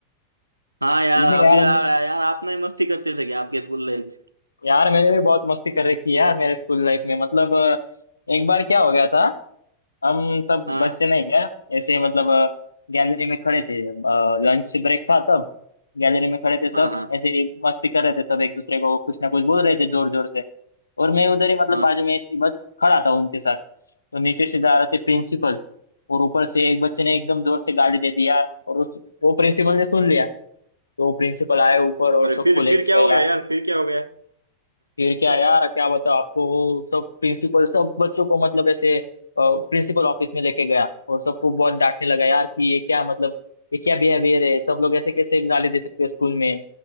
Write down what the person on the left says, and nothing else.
नहीं
यार
यार मैंने भी बहुत मस्ती कर रखी है यार मेरे स्कूल लाइफ में मतलब अ, एक बार क्या हो गया था हम सब
बच्चे नहीं क्या ऐसे ही मतलब गैलरी में खड़े थे लंच ब्रेक था तब गैलरी में खड़े थे सब
ऐसे ही मस्ती कर रहे थे सब एक दूसरे को कुछ ना कुछ बोल रहे थे जोर जोर से और मैं उधर ही मतलब
बाजू में इसकी बस खड़ा था उनके साथ तो नीचे से जा रहे थे प्रिंसिपल और ऊपर से एक बच्चे ने एकदम जोर से गाली दे दी यार और उस वो प्रिंसिपल ने सुन लिया तो प्रिंसिपल आए ऊपर और
सबको
लेके
गया
फिर क्या यार क्या बताओ आपको वो सब प्रिंसिपल सब बच्चों को मतलब ऐसे प्रिंसिपल ऑफिस में लेके गया और सबको बहुत डांटने लगा यार कि ये क्या मतलब ये क्या बिहेवियर है सब लोग ऐसे कैसे गाली दे सकते हैं स्कूल में